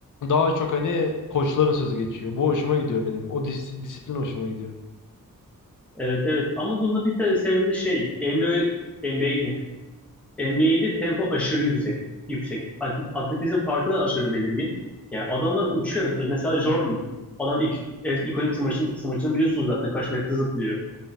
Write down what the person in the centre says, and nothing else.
Evet evet ama bunda bir tane sebebi de şey NBA, NBA ne? NBA'de tempo aşırı yüksek. yüksek. Ati- Atletizm farkı da aşırı belirgin. Yani adamlar uçuyor. Mesela Jordan. Adam ik- e- ikonik smaçını, smaçını biliyorsunuz zaten kaç metre zıplıyor.